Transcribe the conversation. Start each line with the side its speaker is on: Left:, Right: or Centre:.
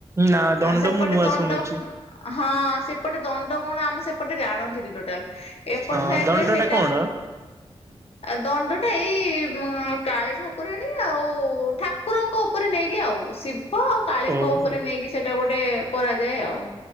Right: ନା ଦଣ୍ଡ
Left: ସେପଟେ
Right: ମୁଁ ନୂଆ
Left: ଦଣ୍ଡ।
Right: ଶୁଣୁଛି
Left: ହଁ-ଅ-ଅ ସେପଟେ ଦଣ୍ଡ କଣ ଆମ ସେପଟେ ଜାଣନ୍ତିନି ଟୋଟାଲ, ଏପଟ
Right: ହଁ
Left: ସାଇଟରେ
Right: ଦଣ୍ଡ
Left: ସେ
Right: ଟା କଣ?
Left: ଆଉ ଦଣ୍ଡଟା ଏଇ-ଇ-ଇ ଉଁ-ଉଁ କାଳି ଠାକୁରାଣୀ ଆଉ-ଉ-ଉ ଠାକ୍ କୁରଙ୍କ ଉପରେ ନେଇକି ଆଉ ଶିବ ଆଉ କାଳୀଙ୍କ
Right: ଓହୋ
Left: ଉପରେ ନେଇକି ସେଇଟା ଗୋଟେ କରାଯାଏ ଆଉ।